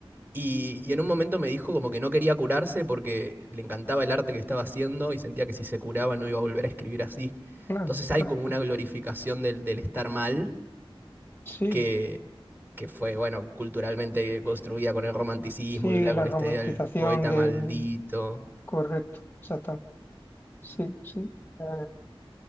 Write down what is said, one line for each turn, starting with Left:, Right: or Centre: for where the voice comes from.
Right: y, y en un momento me dijo como que no quería curarse porque le encantaba el arte que estaba haciendo y sentía que si se curaba no iba a volver a escribir así.
Left: Claro,
Right: Entonces hay
Left: claro.
Right: como una glorificación del del estar mal
Left: Sí,
Right: que, que fue, bueno, culturalmente construida con el romanticismo
Left: sí,
Right: y bla,
Left: la
Right: con
Left: romantización
Right: esta idea del poeta
Left: del
Right: maldito.
Left: correcto, exacto. sí, sí. Eh,